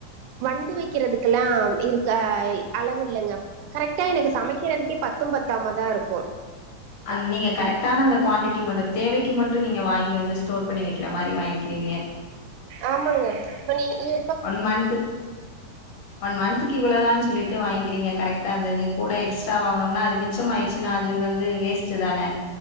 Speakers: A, on the right; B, on the left.
A: வண்டு வைக்கிறதுக்கெல்லா இருக்க அளவு இல்லங்க கரெக்டா எனக்கு சமைக்கிறதுக்கே பத்து பத்தாமதா இருக்கு
B: அந்த நீங்க கரெக்டான அந்த குவான்ட்டி ம தேவைக்கு மட்டு நீங்க வாங்கி வந்து ஸ்டோர் பண்ணி வைக்கிற மாரி வாங்கிறீங்க
A: ஆமாங்க இப்ப நீ இ
B: ஒன் மன்த்துக் ஒன் மன்த்துக்கு இவ்ளோதான்னு சொல்லிட்டு வாங்கிறீங்க கரெக்டா அந்தது கூட எக்ஸ்ட்ரா வாங்குனோம்னா அது வித் மிச்ச ஆயிடுச்சுன்னா அது வந்து வேஸ்டு தான